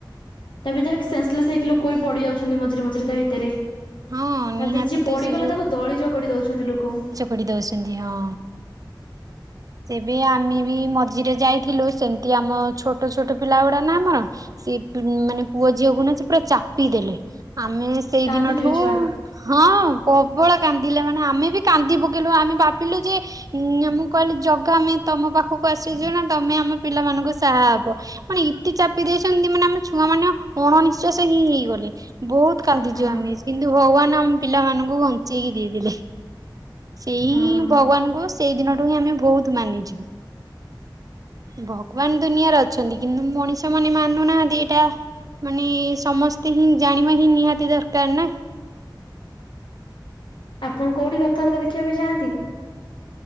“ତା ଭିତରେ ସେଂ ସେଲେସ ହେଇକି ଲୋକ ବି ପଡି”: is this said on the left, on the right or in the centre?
Left